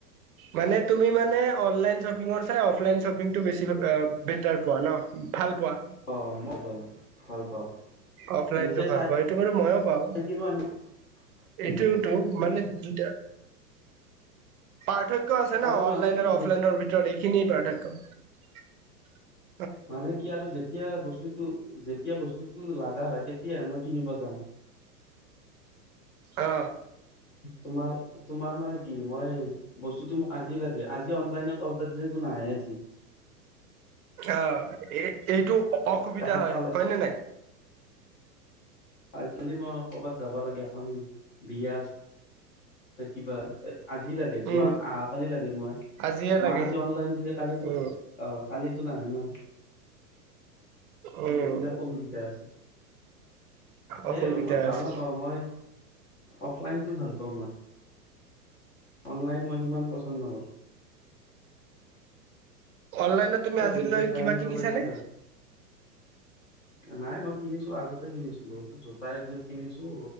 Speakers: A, on the right (about 60°); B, on the left (about 20°).
A: মানে তুমি মানে অনলাইন শ্বপিং ৰ চে অফ লাইনশ্বপিংটো বেছি বেটাৰ পোৱা ন? ভাল পোৱা!
B: অ, মই ভাল পাওঁ।
A: অফলাইনটো
B: নিজে
A: ভাল
B: চাই
A: পাওঁ, এইটো মানে মইও পাওঁ।
B: কিনো আনি
A: এইটো
B: উম
A: তো মানে দু পাৰ্থক্য আছে ন
B: আৰু
A: অনলাইনত
B: মানে কি
A: অফলাইনৰ
B: যে
A: ভিতৰত এইখিনিয়েই পাৰ্থক্য <inaudible>
B: মানে কি আৰু যেতিয়া বস্তুটো যে যেতিয়া বস্তুটো লাগা হয় তেতিয়া হে মই কিনিব যাম।
A: অ।
B: তোমাৰ তোমাৰ মানে কি মই বস্তুটো মোক আজি লাগে আজি অনলাইনত অৰ্ডাৰ দিলেতো নাহে আজি।
A: অ, এই এইটো অসুবিধা
B: এসপ্তাহ
A: হয়। হয়নে নাই?
B: আজিকালি মই ক'বাত যাব লাগে এখন বিয়া ত কিবা আজি লাগে যোৱা
A: উম,
B: আহা কালি লাগে মই
A: আজিয়ে লাগে।
B: মই আজি অনলাইন দিলে কালি তো
A: উম,
B: অ কালিটো নাহে ন!
A: উম,
B: এইবিলাক অসুবিধা আছে। সেয়ে
A: অসুবিধা
B: আৰু মই ভাল
A: আছে।
B: নাপাওঁ মই অফলাইনটো ভাল পাওঁ মই। অনলাইন মই সিমান পচন নকৰোঁ।
A: অনলাইনত তুমি আজিলৈ
B: নিজে চাই
A: কিবা
B: আনিব
A: কিনিছানে?
B: পাৰিলে ভাল নাই মই কিনিছো আগতে কিনিছিলো। জোতা একযোৰ কিনিছো,